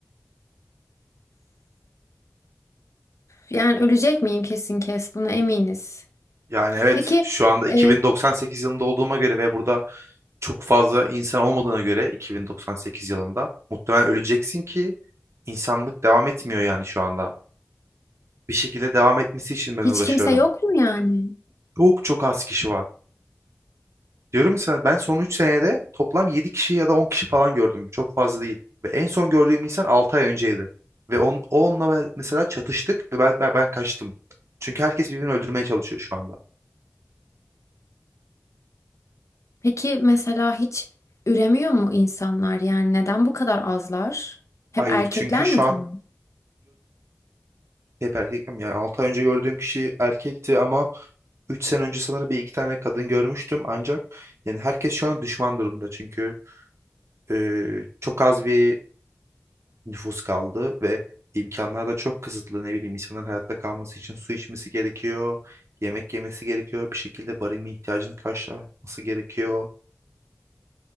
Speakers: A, on the left; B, on the right.
A: Yani ölecek miyim kesin kes. Buna eminiz.
B: Yani evet
A: Peki
B: şu anda 2098
A: e,
B: yılında olduğuma göre ve burada çok fazla insan olmadığına göre 2098 yılında muhtemelen öleceksin ki insanlık devam etmiyor yani şu anda. Bir şekilde devam etmesi için ben
A: hiç
B: uğraşıyorum.
A: kimse yok mu yani?
B: Çok çok az kişi var. Diyorum ya sana ben son 3 senede toplam 7 kişi ya da 10 kişi falan gördüm. Çok fazla değil. Ve en son gördüğüm insan 6 ay önceydi. Ve on, o onunla ben- mesela çatıştık ve ben, ben ben kaçtım. Çünkü herkes birbirini öldürmeye çalışıyor şu anda.
A: Peki mesela hiç üremiyor mu insanlar? Yani neden bu kadar azlar? Hep
B: Hayır
A: erkekler
B: çünkü şu
A: mi kalıyor?
B: an Hep erkek mi? Yani 6 ay önce gördüğüm kişi erkekti ama 3 sene önce sanırım bir iki tane kadın görmüştüm ancak yani herkes şu an düşman durumda çünkü e, çok az bir nüfus kaldı ve imkanlar da çok kısıtlı ne bileyim insanların hayatta kalması için su içmesi gerekiyor, yemek yemesi gerekiyor, bir şekilde barınma ihtiyacını karşılaması gerekiyor.